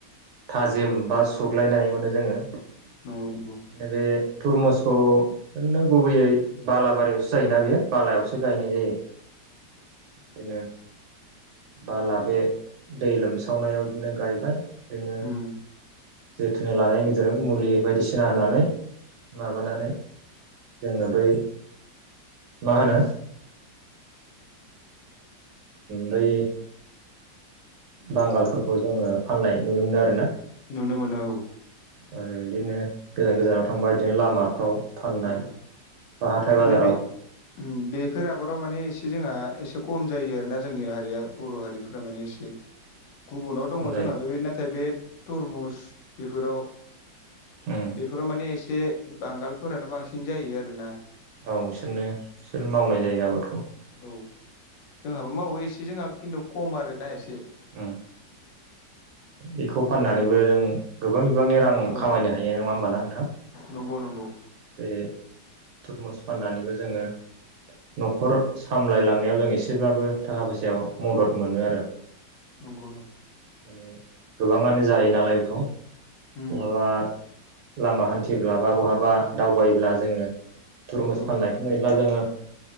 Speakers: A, on the right; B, on the left.
A: थाजिम
B: औ
A: बा सुग्लायनाय मोनो जोङो
B: नंगौ नंगौ
A: बे थरमुसखौ ओरैनो गुबैयै बालाबारियावसो जायोना बेयो बालायावसो गायनाय
B: औ
A: जायो बिदिनो बाला बे दै लोमसावनायाव बिदिनो गायबाय बिदिनो
B: उम
A: जोथोन लानायनि गेजेरजों मुलि बायदिसिना होनानै माबानानै
B: औ
A: जोङो बै मा होनो
B: <inaudible>
A: बै बांगालफोरखौ जोङो फाननाय नुनो मोनो आरोना
B: नुनो मोनो औ
A: आरो बिदिनो गोजान गोजानाव थांबा बिदिनो लामाफ्राव फाननाय
B: औ
A: बा हाथाय
B: माने
A: बाजाराव
B: बे बेफोर आबादाव माने एसे जोंहा एसे खम जायो आरोना जोंनि हारिया बर' हारिफोरा माने एसे गुबुनाव
A: खम
B: दङ
A: जायो
B: जोंहा बे नाथाय बे तरमुस बेफोराव
A: उम
B: बेफोराव माने एसे बांगालफोरानो बांसिन जायो आरोना
A: औ बिसोरनो बिसोर मावनाय जायो आबादखौ
B: औ जोंहाबो मावो एसे जोंहा खिन्थु खम आरोना एसे
A: ओ बेखौ फाननानैबो जों गोबां बिबांनि रां
B: औ
A: खामायनो हायो नङा होमबाना नोंथां
B: नंगौ नंगौ
A: बे थरमुस फाननानैबो जोङो न'खर सामलायलांनायाव जों एसेब्लाबो थाखा फैसायाव मदद मोनो आरो
B: नंगौ
A: माने गोबाङानो जायो नालाय बेखौ
B: उम
A: बहाबा लामा हान्थिब्ला बा बहाबा दावबायोब्ला जोङो थुरमुस
B: औ
A: फाननायखौ नुयोब्ला जोङो